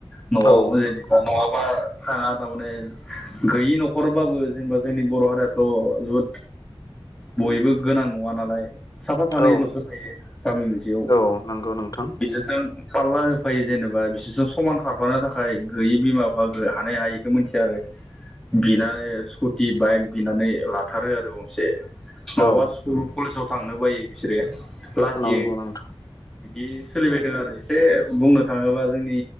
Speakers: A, in the centre; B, on the left.
A: न'आव
B: औ
A: जेनेबा
B: नंगौ
A: नंङाबा थाङा थारमाने गैयि नखरबाबो जेनेबा जोंनि बर हारियाथ जोबोद बयबो गोनां नङा नालाय साफा सानैल'सो
B: औ
A: थायो गामि मोनसेयाव
B: औ नंगौ नोंथां
A: बिसोरजों फारला होफायो जेनेबा बिसोरसां समान खारफानो थाखाय गैयि बिमा बिफा हानाय हायिखौ मिथिया आरो बिनानै स्कुटि बाइक बिनानै लाथारो आरो गंसे नङाबा
B: औ
A: स्कुल कलेजाव थांनो बायो बिसोरो लाजियो
B: नंगौ नोंथां
A: बिदि सोलिबायदों आरो एसे बुंनो थाङोबा जोंनि